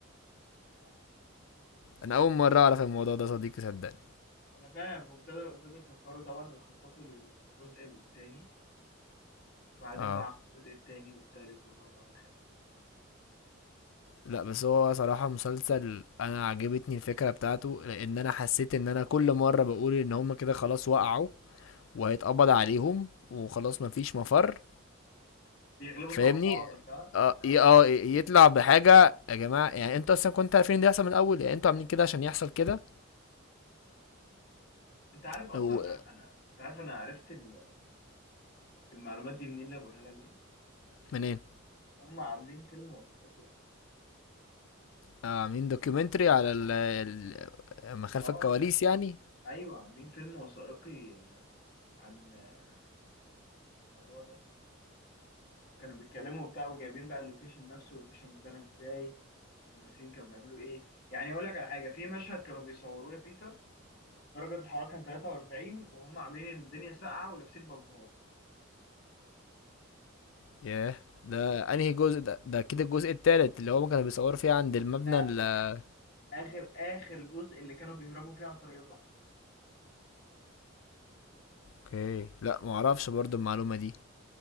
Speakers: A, on the left (about 45°); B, on the left (about 70°).
A: ف- فابتدوا بقى طبعا
B: انا اول مرة اعرف الموضوع ده صديقي صدقني
A: يعني انا فاهم وابتدوا ابتدوا يفكروا طبعا ويخططوا للجزء التاني وبعدين
B: اه
A: بقى عملوا الجزء التاني والتالت والرابع والخامس
B: لا بس هو صراحة مسلسل انا عجبتني الفكرة بتاعته لان انا حسيت ان انا كل مرة بقول ان هما كده خلاص وقعوا وهيتقبض عليهم وخلاص مفيش مفر
A: بيغلبوا
B: فاهمني
A: توقعاتك ها
B: اه ي- اه يطلع بحاجة يا جماعة يعني انتوا اصلا كنتوا عارفين ان ده يحصل من الاول يعني انتوا عاملين كده عشان يحصل كده
A: انت عارف اصلا
B: و-
A: انا أنا- انت عارف انا عرفت ال- المعلومات دي منين اللي بقولها لك دي
B: منين
A: هم عاملين فيلم وثائقي اصلا
B: آه، عاملين دوكيومنتري على ال ال- ما خلف
A: اه
B: الكواليس يعني
A: ايوه عاملين فيلم وثائقي آه، عن آه، الموضوع ده كانوا بيتكلموا وبتاع وجايبين بقى اللوكيشن نفسه واللوكيشن اتبنى ازاي والممثلين كانوا بيعملوا ايه يعني اقول لك على حاجه في مشهد كانوا بيصوروه يا بيتر درجه الحراره كان 43 وهم عاملين الدنيا ساقعه ولابسين بلطوات
B: ياه ده انهي جزء ده ده كده الجزء التالت اللي هو كانوا بيصوروا فيه عند المبنى
A: لا
B: ال-
A: اخر اخر جزء اللي كانوا بيهربوا فيه عن طريق البحر
B: اوكي لا معرفش برضو المعلومة دي